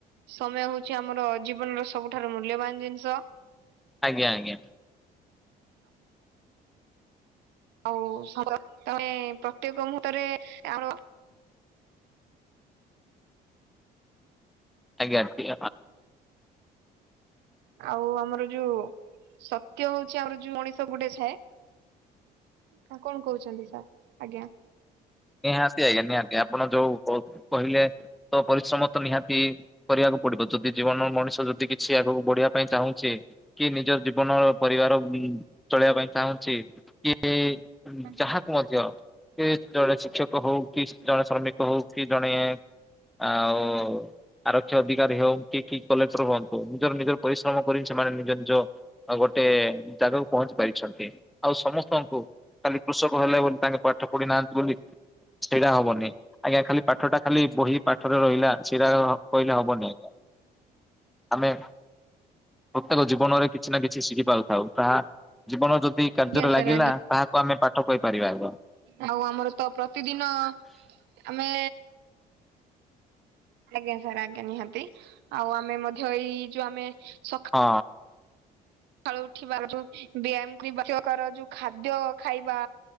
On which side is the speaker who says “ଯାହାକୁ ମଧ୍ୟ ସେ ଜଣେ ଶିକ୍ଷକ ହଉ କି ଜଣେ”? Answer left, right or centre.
Centre